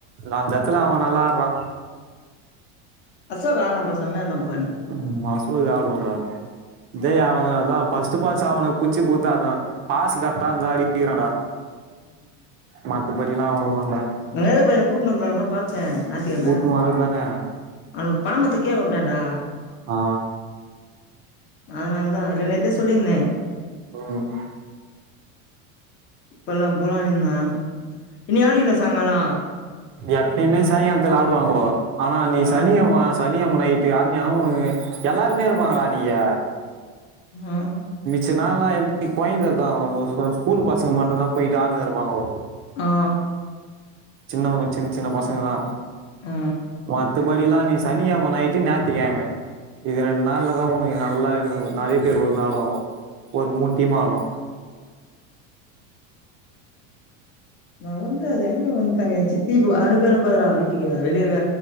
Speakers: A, on the right; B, on the left.
A: அந்தஎத்துல அவ நல்லாட்றா
B: அசோக் ஆன்னாப்பா செமையா இந்தாப்பா
A: உ மசு <unintelligible> போடா டேய் அவ அதா ஃபஸ்ட்டு பாஸ் ச்சா அவனுக்கு பிச்சி குடுத்தாதா பாசு கட்த்தா இந்தா அடிக்கிறாடா மாட்டு படிலா <unintelligible>
B: நா பையன கூட்டுணு வந்துருலான் தா பாத்தே நாட்டிக்கெழம
A: கூட்னு வரதுதானே
B: அவனுக்கு பணமத்துக்கீழ உண்டாண்டா
A: ஆ
B: அதனால தா இல்ல நேத்தே சொல்லியிருந்தே
A: ம்
B: போலா போலானிந்தா இனி ஆடிலா சாங்காளா
A: எப்பயுமே சாயங்காலத்துல ஆடுவாங்கோ ஆனா நீ
B: ஆ
A: சனி அமசா சனி அம்ம நைத்து ஆனியன உனகு எலாருமே இருபாங்கடா அணிகு
B: ஆ
A: சினலா இருக் கோயந்த தா ஸ்கூல் பசங்க மட்டுதா போயிடானு இருபாங்க
B: ஆ
A: சின்னவக சின் சின்ன பசங்க லா
B: ஆ
A: மத்தபடில நீ சனிகெயம நைடு நாயதிகெயம இது ரெண்டு நாள்ல தா உனகு நலா நெறய பேர் உழ்ந்து ஆடுவாகோ ஒரு மூணு டீம் ஆடு
B: நா வந்து அது எங்க வந்துங்க ச இப்புவ அனுப அனுபறா வி டிகியா வெளியவ